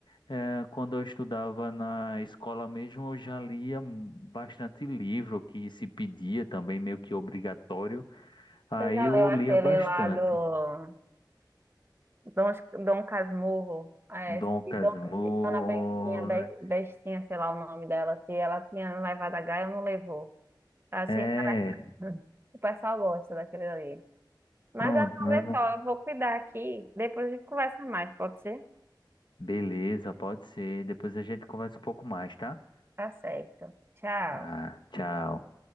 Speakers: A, on the left; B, on the right.
A: É, quando eu estudava na escola mesmo, eu já lia mu- bastante livro que se pedia também, meio que obrigatório. Aí
B: Você já
A: eu
B: leu aquele
A: lia bastante.
B: lá do Dom, Dom Casmurro? É,
A: Dom
B: se
A: Casmurro,
B: Dona, se Dona Bestinha, Be-
A: né?
B: Bestinha, sei lá o nome dela, se ela tinha levado a Gaia ou não levou. Achei
A: é,
B: interessante. <laughs> O pessoal gosta daquele ali. Mas
A: pronto,
B: ah,
A: né?
B: olha
A: Nunca-
B: só, eu vou cuidar aqui. Depois a gente conversa mais, pode ser?
A: Beleza, pode ser. Depois a gente conversa um pouco mais, tá?
B: Tá certo. Tchau.
A: Tá, tchau.